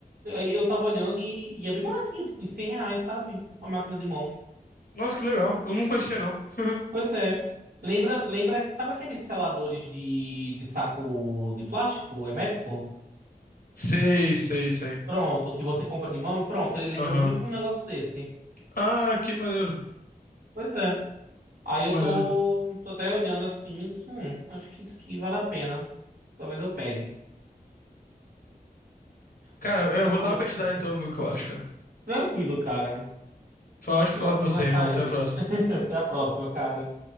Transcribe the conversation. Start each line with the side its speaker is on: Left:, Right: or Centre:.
Right: eu tava olhando e, e é bem baratinho, tipo, em 100 reais, sabe? Uma máquina de mão.
Left: nossa, que legal. Eu não conhecia, não. <laughs>
Right: Pois é. Lembra, lembra, sabe aqueles seladores de, de saco de plástico hermético?
Left: Sei, sei, sei.
Right: Pronto, que você compra de mão? Pronto, ele lembra
Left: Aham.
Right: muito um negócio desse.
Left: Ah, que maneiro,
Right: Pois é. Aí
Left: que
Right: eu
Left: maneiro.
Right: tô, tô até olhando assim, e disse, hum, acho que isso aqui vale a pena. Talvez eu pegue.
Left: Cara,
Right: <laughs>
Left: eu
Right: essas
Left: vou
Right: coisas.
Left: dar uma pesquisada então, ver o que eu acho, cara.
Right: Tranquilo, cara.
Left: Foi ótimo
Right: Foi
Left: falar
Right: ótimo
Left: com você,
Right: conversar
Left: irmão.
Right: aí.
Left: Até a próxima.
Right: <laughs> Até a próxima, cara.